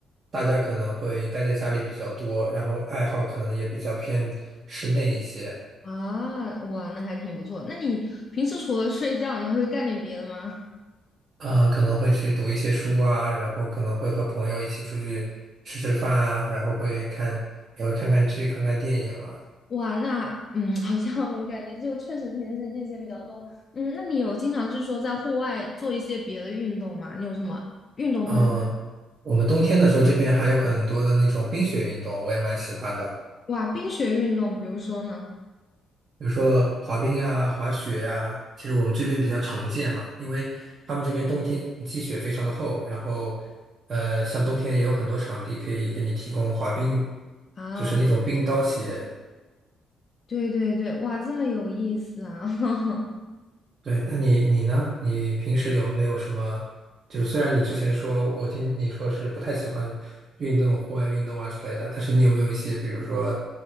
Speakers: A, on the right; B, on the left.
A: 大家可能会待在家里比较多，然后爱好可能也比较偏室内一些。
B: 啊，哇，那还挺不错。那你平时除了睡觉，你还会干点别的吗？
A: 啊，可能会去读一些书啊，然后可能会和朋友一起出去吃吃饭啊，然后会看，也会看看剧、看看电影啊。
B: 哇，那嗯，好像我感觉就确实平时这些比较多。嗯，那你有经常就是说在户外做一些别的运动吗？你有什么运动方面？
A: 嗯，我们冬天的时候这边还有很多的那种冰雪运动，我也蛮喜欢的，
B: 哇，冰雪运动，比如说呢？
A: 比如说滑冰啊、滑雪呀、其实我们这边比较常见嘛，因为他们这边冬天积雪非常的厚，然后呃，像冬天也有很多场地可以给你提供滑冰，
B: 啊，
A: 就是那种冰刀鞋。
B: 对对对，哇，这么有意思啊！<laughs>
A: 对，那你你呢？你平时有没有什么？就是虽然你之前说，我听你说是不太喜欢运动、户外运动啊之类的，但是你有没有一些，比如说，